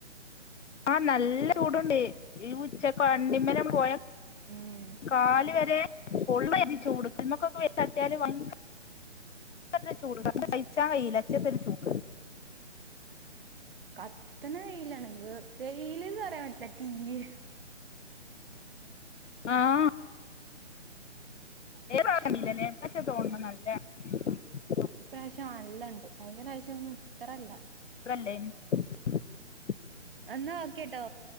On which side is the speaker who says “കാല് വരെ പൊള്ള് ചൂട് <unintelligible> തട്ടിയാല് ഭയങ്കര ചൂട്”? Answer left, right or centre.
Left